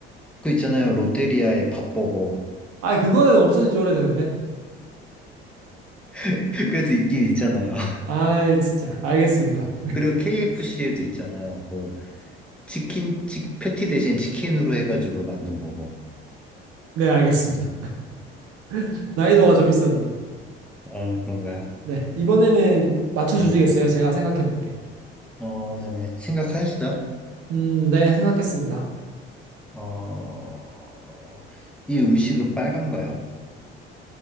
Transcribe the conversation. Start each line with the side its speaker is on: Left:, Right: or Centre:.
Centre: 그 있잖아요. 롯데리아의 밥버거.
Right: 아, 그거는 없어진 지 오래되는데.
Centre: <laughs> 그래도 있긴 있잖아요. <laughs>
Right: 아이, 진짜. 알겠습니다.
Centre: 그리고 KFC에도 있잖아요. 그 치킨, 치, 패티 대신 치킨으로 해가지고 만든 버거.
Right: 네, 알겠습니다. <laughs> 난이도가 좀 있었네요.
Centre: 아, 그런가요?
Right: 네. 이번에는 맞춰주시겠어요?
Centre: 네.
Right: 제가 생각해 볼게요.
Centre: 어, 네네. 심각하였어요?
Right: 음, 네, 생각했습니다.
Centre: 어, 이 음식은 빨간가요?